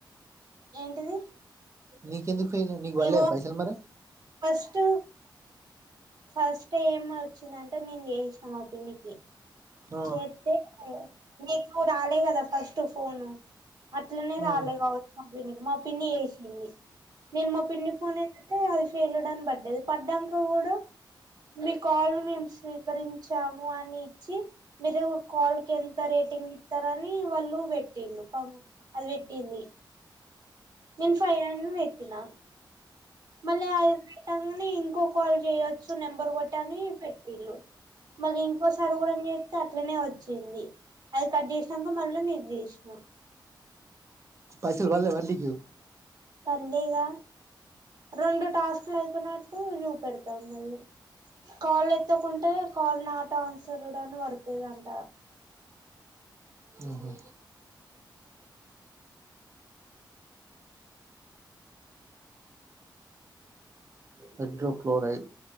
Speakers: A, on the right; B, on the right.
A: ఏంటిది?
B: నీకెందుకు ఫెయిలై నీకు పల్లెదా
A: ఇగో
B: పైసల్ మరి
A: ఫస్ట్ ఫస్ట్ ఏం వచ్చిందంటే నెన్ చేసినా మా పిన్నికి
B: ఆ
A: చేత్తే నీకు రాలే గదా ఫస్ట్ ఫోను అట్లనే
B: ఉమ్
A: రాలే కావచ్ పిన్నికి మా పిన్ని చేసింది నేన్ మా పిన్ని ఫోన్ ఎత్తుతే అది ఫెల్లుడ్ అన్ పడ్డది అడ్డంక గుడా మీ కాల్ మేం స్వీకరించాము అని ఇచ్చి మీరు కాల్కి ఎంత రేటింగ్ ఇత్తరని వాళ్ళు పెట్టిళ్ళు పమ్ అది పెట్టింది. నేన్ ఫైవ్ అను పెట్టిన మళ్ళీ అ పెట్టంగనే ఇంకో కాల్ చేయొచ్చు నెంబర్ కొట్ అని పెట్టిళ్ళు మాది ఇంకోసార్ గుడం చేత్తే అట్లనే వచ్చింది. అది కట్ చేసినంక మళ్ళ నీక్ చేస్నా
B: ఫైసల్ పల్లే మర్ నీకు
A: పల్లేగా రెండు టాస్క్లు అయిపోయినట్టు చూపెడుతాంనది. కాల్ ఎత్తకుంటే కాల్ నాట్ ఆన్సర్డ్ అన్ పడుతదంట.
B: హో హైడ్రోక్లోరైడ్